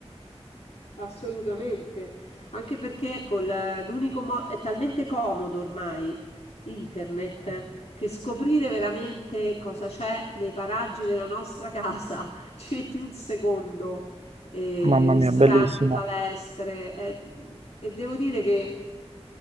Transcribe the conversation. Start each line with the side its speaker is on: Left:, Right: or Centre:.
Left: Assolutamente, anche perché col, l'unico modo è talmente comodo ormai internet che scoprire veramente cosa c'è nei paraggi della nostra casa <laughs> ci metti un secondo, Eh,
Right: Mamma
Left: Mm. ristoranti,
Right: mia, bellissimo.
Left: palestre eh, e devo dire che